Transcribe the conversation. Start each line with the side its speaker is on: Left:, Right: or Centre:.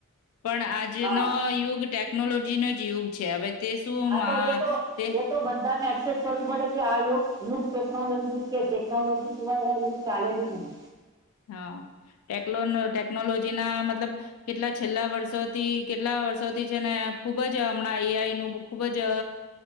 Left: પણ આજનો
Right: હા
Left: યુગ ટેકનોલોજી નો જ યુગ છે હવે તે શું
Right: હા
Left: મા
Right: તો એ તો
Left: તે
Right: એ તો બધાને ફરવું પડે કે આ યગ યુગ ટેકનોલોજી કે ટેકનોલોજી સિવાય આ યુગ ચાલે જ નહી.
Left: હા ટેકલોન ટેક નોલોજી ના મતલબ કેટલા છેલ્લા વર્ષોથી કેટલા વર્ષોથી છે ને ખુબ જ હમણાં એઈઆઈ નું ખુબ જ અ